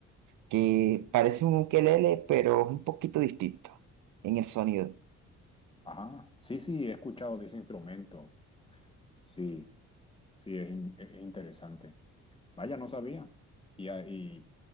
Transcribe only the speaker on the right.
que parece un ukelele, pero es un poquito distinto en el sonido.